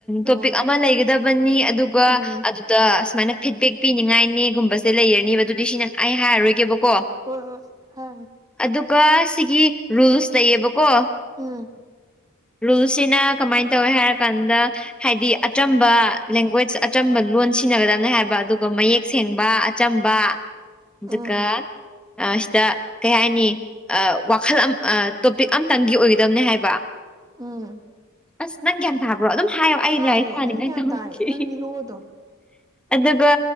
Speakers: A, on the right; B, in the centre.
A: ꯑꯣ
B: ꯇꯣꯄꯤꯛ ꯑꯃ ꯂꯩꯒꯗꯕꯅꯤ ꯑꯗꯨꯒ
A: ꯎꯝ
B: ꯑꯗꯨꯗ ꯁꯨꯃꯥꯏꯅ ꯐꯤꯠꯕꯦꯛ ꯄꯤꯅꯤꯡꯉꯥꯏꯅꯦꯒꯨꯝꯕꯁꯦ ꯂꯩꯔꯅꯤꯕ ꯑꯗꯨꯗꯤ ꯁꯤꯅ ꯑꯩ ꯍꯥꯏꯔꯔꯣꯏꯒꯦꯕꯀꯣ
A: ꯍ ꯍ
B: ꯑꯗꯨꯒ ꯁꯤꯒꯤ ꯔꯨꯜꯁ ꯂꯩꯌꯦꯕꯀꯣ
A: ꯑꯥ
B: ꯔꯨꯜꯁꯤꯅ ꯀꯃꯥꯏꯅ ꯇꯧꯋꯦ ꯍꯥꯏꯔꯀꯥꯟꯗ ꯍꯥꯏꯗꯤ ꯑꯆꯝꯕ ꯂꯦꯡꯒ꯭ꯋꯣꯁꯖ ꯑꯆꯝꯕ ꯂꯣꯟ ꯁꯤꯖꯤꯟꯅꯒꯗꯕꯅꯦ ꯍꯥꯏꯕ ꯑꯗꯨꯒ ꯃꯌꯦꯛ ꯁꯦꯡꯕ ꯑꯆꯝꯕ ꯑꯗꯨꯒ
A: ꯎꯝ
B: ꯁꯤꯗ ꯀꯩ ꯍꯥꯏꯅꯤ ꯑ ꯋꯥꯈꯜ ꯑꯝ ꯇꯣꯄꯤꯛ ꯑꯝꯇꯪꯒꯤ ꯑꯣꯏꯒꯗꯕꯅꯦ ꯍꯥꯏꯕ
A: ꯎꯝ
B: ꯑꯁ ꯅꯪ ꯒ꯭ꯌꯥꯟ ꯇꯥꯕ꯭ꯔꯣ ꯑꯗꯨꯝ ꯍꯥꯏꯌꯣ ꯑꯩ
A: ꯇꯥꯏꯌꯦ
B: ꯂꯥꯏꯔꯤꯛ ꯄꯥꯅꯤꯡꯉꯥꯏ
A: ꯑꯩ ꯒ꯭ꯌꯥꯟ
B: ꯇꯧꯔꯝꯁꯤ
A: ꯇꯥꯏꯌꯦ ꯅꯪ ꯂꯤꯔꯛꯑꯣ ꯑꯗꯨꯝ
B: ꯑꯗꯨꯒ